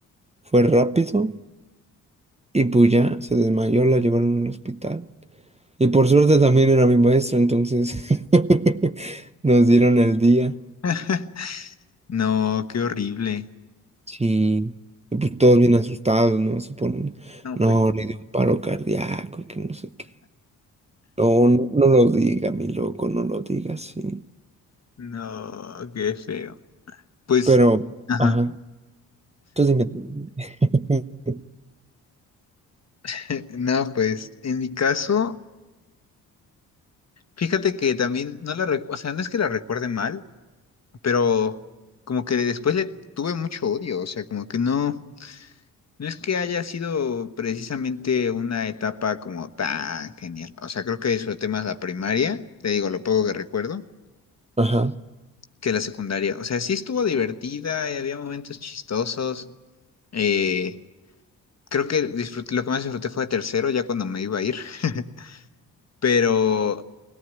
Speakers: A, on the right (about 15°); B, on the left (about 40°).
A: fue rápido. Y pues ya se desmayó, la llevaron al hospital. Y por suerte también era mi maestro, entonces <laughs> nos dieron el día.
B: <laughs> No, qué horrible.
A: Sí. Y pues todos bien asustados, ¿no? Se ponen,
B: No,
A: no,
B: pues.
A: le dio un paro cardíaco y que no sé qué. No, no, no lo diga, mi loco, no lo diga, sí.
B: No, qué feo. Pues,
A: Pero,
B: ajá.
A: ajá, tú dime. <laughs>
B: <laughs> No, pues, en mi caso, fíjate que también no la, rec- o sea, no es que la recuerde mal, pero como que después le tuve mucho odio, o sea, como que no. No es que haya sido precisamente una etapa como tan genial. O sea, creo que disfruté más la primaria, te digo lo poco que recuerdo,
A: Ajá,
B: que la secundaria. O sea, sí estuvo divertida, eh, había momentos chistosos. Eh, creo que disfruté, lo que más disfruté fue tercero, ya cuando me iba a ir. <laughs> Pero